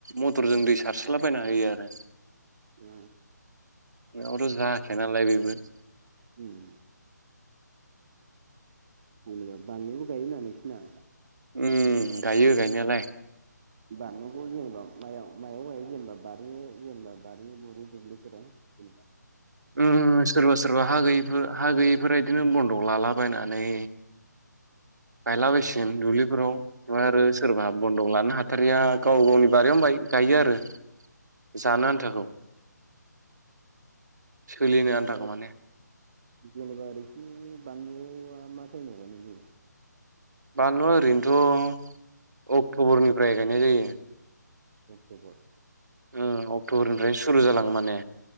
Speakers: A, on the right; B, on the right.
A: मथरजों दै सारसलाबायना होयो आरो
B: ओ
A: नङाबाथ जाखाया नालाय बेबो
B: उम जेनेबा बानलुबो गायोना नोंसिना
A: उम गायो गायनायालाय
B: बानलुखौ जेनेबा मायाव मायाव गायो जेनेबा बारि जेनेबा बारि बुरि दुब्लिफोराव जेनबा
A: उम सोरबा सोरबा हा गैयिफोर हा गैयिफोरा इदिनो बन्दग लालाबायनानै गायलाबायसिगोन दुब्लिफोराव बेवहाय आरो सोरबा बन्दक लानो हाथारिया गाव गावनि बारियावनो गायो आरो जानो आन्थाखौ सोलिनो
B: जेनेबा
A: आन्थाखौ माने
B: जेनेबा ओरै एसे बानलुआ मा टाइमाव गायनाय जायो
A: बानलुआ ओरैनोथ' अक्ट'बरनिफ्राय गायनाय जायो
B: अक्ट'बर
A: उम अक्ट'बरनिफ्रायनो सुरु जालाङो माने